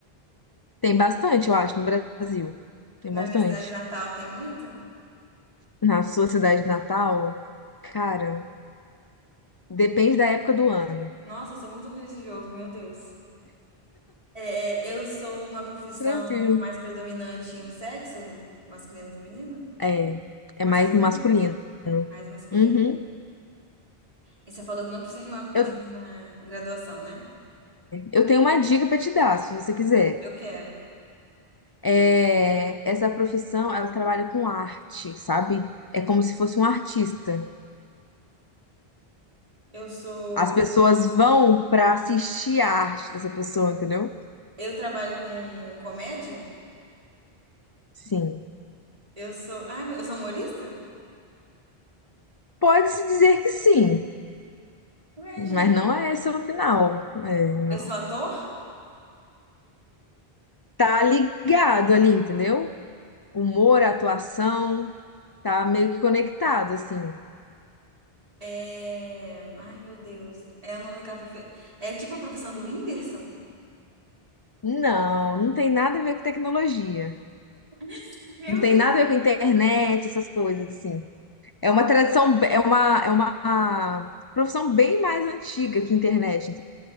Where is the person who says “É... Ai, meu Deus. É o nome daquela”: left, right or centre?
Right